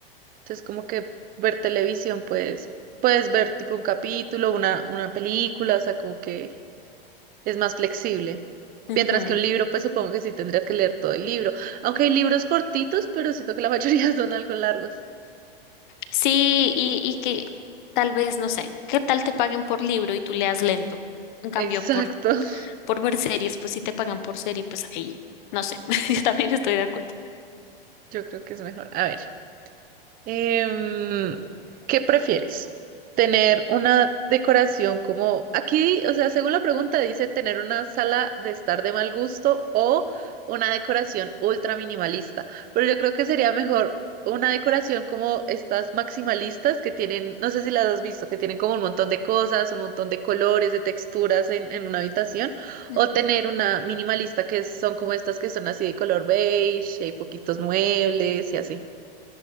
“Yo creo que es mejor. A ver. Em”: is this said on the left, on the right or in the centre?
Right